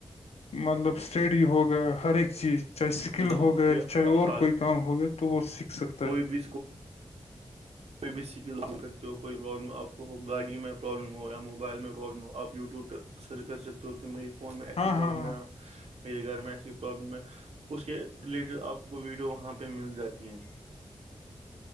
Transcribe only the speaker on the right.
چیز
کا
جی جی
یہ
آج
کوئی
بھی کوئی بھی سکل بن سکتے ہو کوئی پرابلم آپ کو گاڑی میں پرابلم ہو یا موبائل میں پرابلم ہو آپ یوٹیوب پہ سرچ کر سکتے ہو کہ میری فون میں ایسی
پرابلم
ہے میرے گھر میں ایسی پرابلم ہے اس کے ریلیٹڈ آپ کو ویڈیو وہاں پہ مل جاتی ہیں